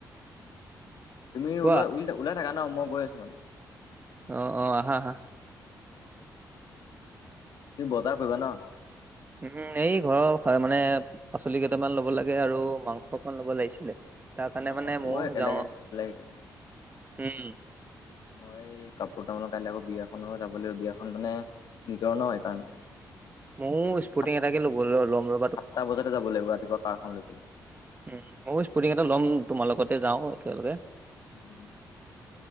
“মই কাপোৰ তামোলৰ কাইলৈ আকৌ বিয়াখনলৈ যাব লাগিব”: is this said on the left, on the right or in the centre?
Left